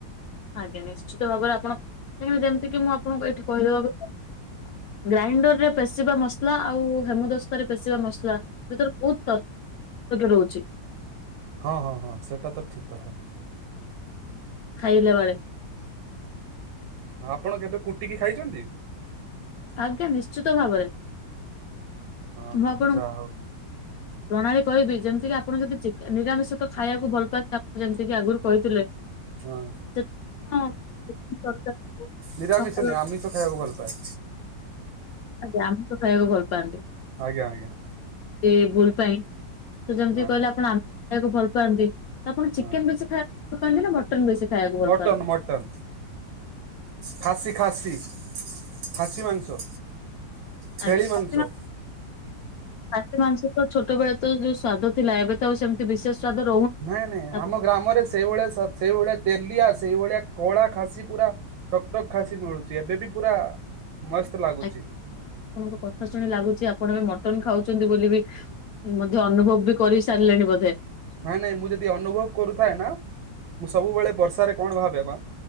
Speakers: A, on the left; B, on the right.
A: ଆଜ୍ଞା ନିଶ୍ଚିତ ଭାବରେ ଆପଣ କାହିଁ ଯେମତିକି ମୁଁ ଆପଣଙ୍କୁ ଏଇଠି କହିଦେବାକୁ ଗ୍ରାଇଣ୍ଡର ରେ ପେଶିବା ମସଲା ଆଉ ହେମୁ ଦସ୍ତାରେ ପେଷିବା ମସଲା ଭିତରେ ଓ ତକ ରହୁଚି।
B: ହଁ ହଁ ହଁ ସେଟା ତ ଠିକ କଥା।
A: ଖାଇଲାବେଳେ
B: ହ ଆପଣ କେବେ କୁଟିକି ଖାଇଚନ୍ତି?
A: ଆଜ୍ଞା ନିଶ୍ଚିତ ଭାବରେ।
B: ହଁ
A: ମୁଁ
B: ହଁ
A: ଆପଣ
B: ଯାହଉ।
A: ପ୍ରଣାଳୀ କହିବି ଯେମିତି କି ଆପଣ ଯଦି ନିରାମିଷ ତ ଖାଇବାକୁ ଭଲ ପାଆନ୍ତି ଆପଣ ଯେମତିି ଆଗରୁ କହିଥିଲେ।
B: ହଁ।
A: ଯେ ହଁ। ତରକାରୀ ହଉ
B: ନିରାମିଷ
A: ନହେଲେ
B: ନାଇ ଆମିଷ ଖାଇବାକୁ ଭଲପାଏ।
A: ଆଜ୍ଞା ଆମିଷ ଖାଇବାକୁ ଭଲ ପାଆନ୍ତି।
B: ଆଜ୍ଞା ଆଜ୍ଞା
A: ଏଇ ଭୁଲ ପାଇଁ ତ, ଯେମିତି
B: ହଁ
A: କହିଲେ ଆପଣ ଆମକୁ ଭଲ ପାଆନ୍ତି। ଆପଣ ଚିକେନ
B: ହଁ।
A: ବେଶି ଖାଇବାକୁ ଭଲ ପାଆନ୍ତି ନା ମଟନ ବେଶୀ ଖାଇବାକୁ ଭଲ
B: ମଟନ
A: ପାଆନ୍ତି। <unintelligible>
B: ମଟନ ଖାସି ଖାସି ଖାସି ମାଂସ, ଛେଳି
A: ଆଜ୍ଞା
B: ମାଂସ
A: ଖାସି ଖାସି ମାଂସ ତ ଛୋଟ ବେଳେ ତ ଯୋଉ ସ୍ଵାଦ ଥିଲା ଏବେ ତସେମିତି ବିଶେଷ ସ୍ଵାଦ ରହୁନି
B: ନାଇଁ ନାଇଁ
A: ଆପଣ
B: ଆମ ଗ୍ରାମରେ ସେଇଭଳିଆ ସେଇଭଳିଆ ତେଲିଆ ସେଇଭଳିଆ କଳା ଖାସି ପୁରା ଟକ୍ ଟକ୍ ଖାସି ମିଳୁଛି ଏବେ ବି ପୁରା ମସ୍ତ ଲାଗୁଛି।
A: ଆଜ୍ଞା। ଆପଣଙ୍କ କଥା ଶୁଣି ଲାଗୁଛି ଆପଣ ବି ମଟନ ଖାଉଛନ୍ତି ବୋଲି ବି ମଧ୍ୟ ଅନୁଭବ ବି କରି ସାରିଲେଣି ବୋଧେ।
B: ନାଇଁ ନାଇଁ ମୁଁ ଯଦି ଅନୁଭବ କରୁଥାଏ ନା, ମୁଁ ସବୁବେଳେ ବର୍ଷା ରେ କଣ ଭାବେ ବା।